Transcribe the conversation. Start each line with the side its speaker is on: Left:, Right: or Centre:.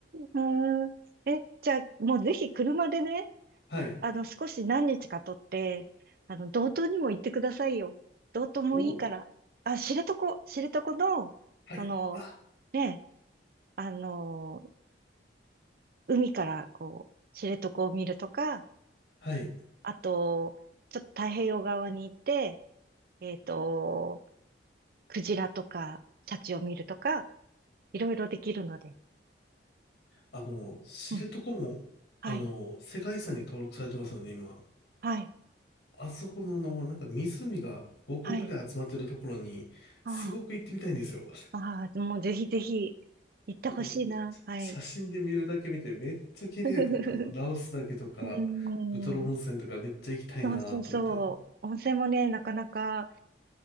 Right: うん。え、じゃあ、もうぜひ車でね、
Left: はい。
Right: あの、少し何日か取って、あの、道東にも行ってくださいよ。道東もいいから。
Left: お、
Right: あ、知床、知床の、
Left: はい。
Right: あの、
Left: あ、
Right: ね、あの、海からこう、知床を見るとか、
Left: はい。
Right: あと、ちょっと太平洋側に行って、えっと、クジラとか、シャチを見るとか、いろいろできるので。
Left: あの、知床も、
Right: うん。はい。
Left: あの、世界遺産に登録されてますよね、今。
Right: はい。
Left: あそこのあの、なんか湖が5個ぐらい集まってるところに、
Right: はい。あ
Left: すごく行ってみたいんですよ。
Right: あ、ああ、もうぜひぜひ行ってほしいな。
Left: もう写真で見るだけ見てめっちゃ綺麗と思ったあの。
Right: はい。<laughs>
Left: ラオスだけとか、
Right: うーん。
Left: ウトロ温泉とかめっちゃ行きたいなと思って。
Right: そうそうそう。温泉もね、なかなか